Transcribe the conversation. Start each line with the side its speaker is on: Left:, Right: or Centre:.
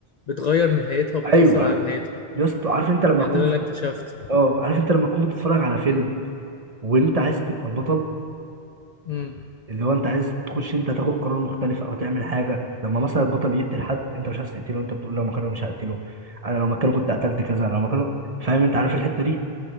Left: بتغير نهايتها وبتاثر
Right: ايوه
Left: على
Right: ايوه
Left: نهايتها
Right: يا اسطى عارف انت لما
Left: يعني
Right: تكون
Left: ده اللي
Right: في...
Left: انا اكتشفته
Right: اه عارف انت لما تكون بتتفرج على فيلم وانت عايز تبقى البطل
Left: امم
Right: اللي هو انت عايز تخش انت تاخد قرار مختلف او تعمل حاجه لما مثلا البطل يقتل حد انت مش عايز تقتله انت بتقول لو مكانه مش هقتله انا لو مكانه كنت قتلت كذا انا لو مكانه فاهم انت عارف الحته دي